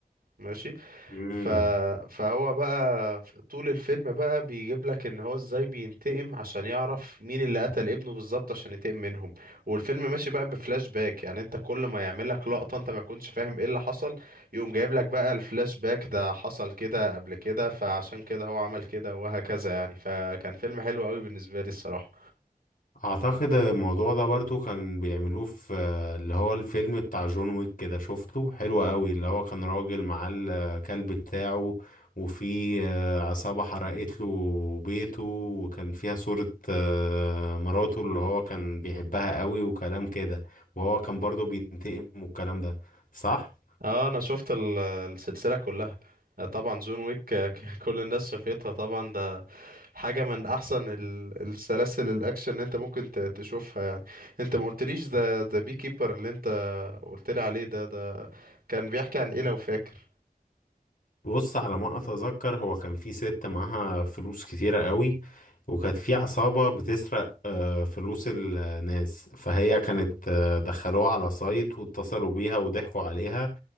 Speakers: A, on the right (about 70°); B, on the left (about 60°).
A: ماشي
B: مم.
A: ف... فهو بقى ف- طول الفيلم بقى بيجيب لك ان هو ازاي بينتقم عشان يعرف مين اللي قتل ابنه بالظبط عشان ينتقم منهم والفيلم ماشي بقى بفلاش باك يعني انت كل ما يعمل لك لقطة انت ما كنتش فاهم ايه اللي حصل يقوم جايب لك بقى الفلاش باك ده حصل كده قبل كده فعشان كده هو عمل كده وهكذا يعني فكان فيلم حلو قوي بالنسبة لي الصراحة
B: اعتقد الموضوع ده برضو كان بيعملوه في آه، اللي هو الفيلم بتاع جون ويك كده شفته حلو قوي اللي هو كان راجل معاه الكلب بتاعه وفي آه، عصابة حرقت له بيته وكان فيها صورة آه، مراته اللي هو كان بيحبها قوي وكلام كده وهو كان برضو بينتقم والكلام ده صح؟
A: اه انا شفت ال- السلسلة كلها آه، طبعا جون ويك آه، <laughs> كل الناس شافتها طبعا ده حاجة من أحسن ال- السلاسل الأكشن اللي أنت ممكن ت- تشوفها يعني أنت ما قلتليش ذا ذا بي كيبر اللي أنت قلتلي عليه ده ده كان بيحكي عن إيه لو فاكر
B: بص على ما اتذكر هو كان في ست معاها فلوس كتيرة قوي وكانت في عصابة بتسرق آه، فلوس الناس فهي كانت آه، دخلوها على سايت واتصلوا بيها وضحكوا عليها